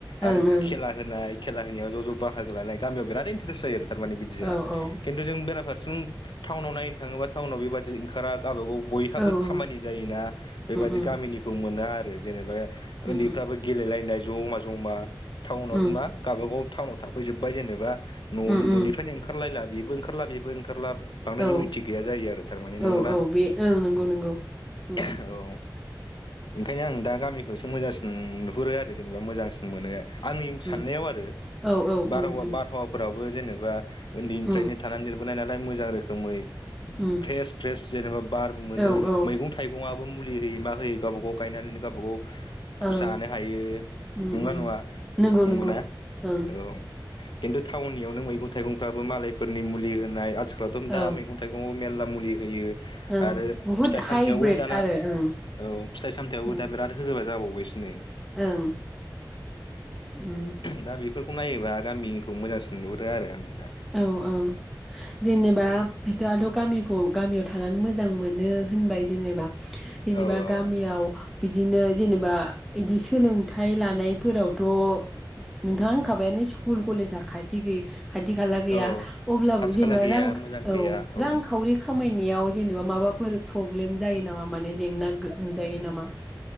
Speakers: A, in the centre; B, on the left.
A: ओं
B: आरो
A: ओं
B: खेला होनाय खेला होनायाव ज' ज' बाहागो लानाय गामियाव बिराद बिराद इन्टारेस्ट जायो आरो थारमाने बिदिया
A: औ औ
B: खिन्थु जों बेराफारसेजों थावनाव नायनो थाङोबा थावनाव बेबादि ओंखारा गावबागाव बयहाबो
A: औ उम
B: खामानि जायोना बेबादि
A: उम
B: गामिनिखौ मोना आरो जेनेबा ओन्दैफ्राबो
A: उम
B: गेलेलायनाय ज'मा ज'मा थाउनाव
A: उम
B: मा गावबागाव थाउनाव थाफैजोबाय जेनेबा न'नि
A: उम
B: न'निफ्रायनो
A: उम
B: ओंखारलायला बेबो ओंखारला बेबो ओंखारला बांद्राय
A: औ
B: इउनिटि गैया जायो आरो तारमाने नंगौ
A: औ
B: ना
A: औ बे ओं नंगौ नंगौ उम
B: <unintelligible> औ ओंखायनो आं दा गामिखौसो मोजांसिन नुहुरो आरो जेनेबा मोजांसिन मोनो आंनि साननायाव
A: उम
B: आरो
A: औ औ
B: बारहावा
A: उम उम
B: बारहावाफोराबो जेनेबा उन्दैनिफ्रायनो
A: उम
B: थानानै देरबोनाय नालाय मोजां रोखोमै
A: उम
B: फ्रेस फ्रेस जेनेबा बार मोनो
A: औ औ
B: मैगं था थाइगंआबो मुलि होयै मा होयै गावबागाव गायनानै गावबागाव
A: ओं
B: जानो हायो
A: उम
B: नंना
A: उम
B: नङा
A: नंगौ
B: नंगौना?
A: नंगौ ओं
B: औ खिनत्तु थाउननियावनो मैगं थाइगंफ्राबो मालायफोरनि मुलि होनाय आथिखालावथ' दा
A: औ
B: मैगं थाइगंआव मेलला मुलि होयो
A: ओं
B: आरो
A: बुहुद
B: फिथाइ सामथायाइावबो
A: हाइब्रिद
B: दाना
A: आरो ओं
B: औ फिथाइ सामथायावबो
A: उम
B: दा बिराद होबा जाबावबायसो नै
A: ओं उम
B: दा बेफोरखौ नायोबा गामिनिखौ मोजांसिन नुहरो आरो आरो नोंथां
A: औ औ जेनेबा बिथांआथ' गामिखौ गामियाव थानानै मोजां मोनो होनबाय जेनेबा जेनेबा
B: औ औ
A: गामियाव बिदिनो जेनेबा इदि सोलोंथाइ लानायफोरावथ' नोंथाङा होनखाबायानो स्कुल कलेजा खाथि गैयि खाथि खाला गैया
B: औ
A: अब्लाबो
B: खाथि
A: जेनेबा
B: खाला गैया
A: रां औ
B: मोजां गैया औ
A: रांखावरि खामायनायाव जेनेबा माबाफोर प्रब्लेम जायो नामा माने जेंना नुजायो नामा?